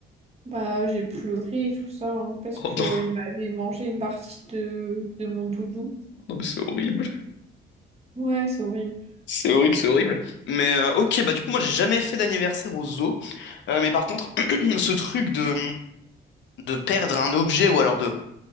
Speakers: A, on the right; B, on the left.
A: Bah j'ai pleuré et tout ça, hein, parce
B: Oh
A: que
B: non,
A: euh, il m'avait mangé une partie de, de mon doudou.
B: <laughs> non mais c'est horrible.
A: Ouais, c'est horrible.
B: C'est horrible, c'est horrible. Mais euh, ok, bah du coup, moi j'ai jamais fait d'anniversaire au zoo. Euh, mais par contre, <clears throat> ce truc de, de perdre un objet ou alors de